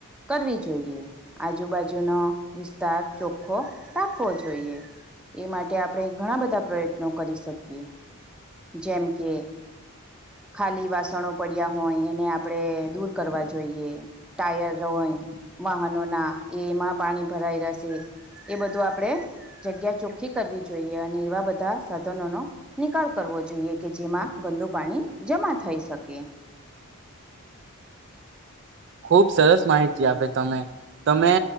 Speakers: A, in the centre; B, on the right.
A: કરવી જોઈએ આજુબાજુનો વિસ્તાર ચોખ્ખો રાખવો જોઈએ એ માટે આપણે ઘણા બધા પ્રયત્નો કરી શકીએ જેમ કે ખાલી વાસણો પડ્યા હોય એને આપણે દૂર કરવા. જોઈએ ટાયર રોઈ વાહનો ના. એમાં પાણી ભરાઈ <unintelligible> એ બધું આપણેે જગ્યા ચોખ્ખી કરવી જોઈએ અને એવા બધા <unintelligible> નિકાલ કરવો જોઈએ કે જેમાં ગંદુ પાણી જમા થઈ શકે.
B: ખુબ સરસ માહિતી આપે તમે તમે